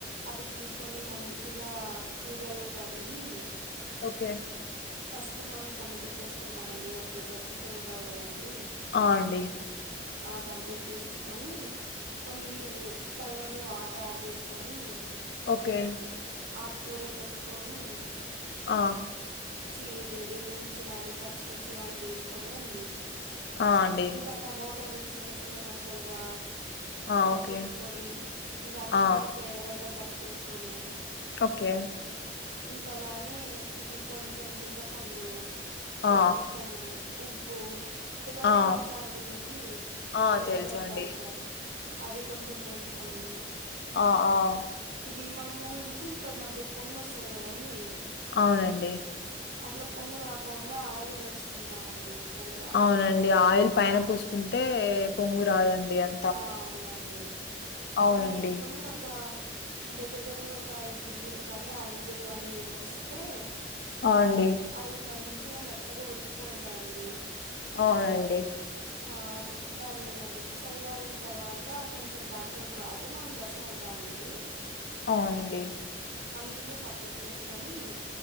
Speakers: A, on the right (about 75°); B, on the left (about 60°).
A: అవి తీసుకొని మంచిగా నీళ్ళలో కడిగి
B: ఓకే.
A: ఫస్ట్ మనం కందిపప్పు వేసుకుంటామండి ఇక ప్రెషర్ కుక్కర్ ఉంటారు కదా అండి
B: ఆ అండి
A: ఆ దాంట్లోకి వేసేసుకొని కొన్ని తగినన్ని వాటర్ యాడ్ చేసుకొని
B: ఓకే
A: ఆ కూర పెట్టుకొని
B: ఆ
A: చ్చీది ఎండుమిర్చి గాని పచ్చిమిర్చి గాని వేసుకని అండి
B: ఆ! అండి.
A: ఇంకా టమోటలు చిన్న చిన్న ముక్కలుగా
B: ఆ!
A: Cut
B: okay.
A: చేసుకొని ఇంకా అట్లానే
B: ఆ!
A: ఒక ఎరగడ్డ కట్ చేసుకొని
B: ఓకే
A: ఇంకా అలానే ఇది కొంచెం చింతపండు కొంచెం
B: ఆ!
A: ఉప్పు తెల్లవాయి
B: ఆ!
A: తెలుసా అండి మీకు
B: ఆ!
A: తెల్లగడ్డ
B: తెలుసండి.
A: అంటారు అది కొంచెం వేసుకొని.
B: ఆహ్ ఆహ్.
A: ఇవి మనము విజీలు పట్టినప్పుడు పొంగోస్తుంది కదండి.
B: అవునండి.
A: అట్లా పొంగు రాకుండా ఆయిల్ వేసుకుంటామండి. పొంగు రానికుండా
B: అవునండి
A: ఒక
B: ఆయిల్ పైన పుసుకుంటే పొంగు రాదండి అది.
A: ఆహ్ అవునండి
B: అవునండి.
A: అవన్నీ వేసుకొని ఒక. దగ్గర దగ్గరగా ఒక ఐదు విజిలు గాని ఆరు విజిలు గాని వస్తే.
B: ఆ! అండి.
A: అవి మంచిగా మెత్తగా ఉడికిపోయింటాయండి.
B: అవునండి.
A: ఆహ్ దాన్ని అది చల్ల. న తర్వాత కొంచెం దాంట్లో అదే మనం రసం అంటామండి.
B: అవునండి.
A: ఆ నీళ్ళు సపరేట్ చేసుకొని.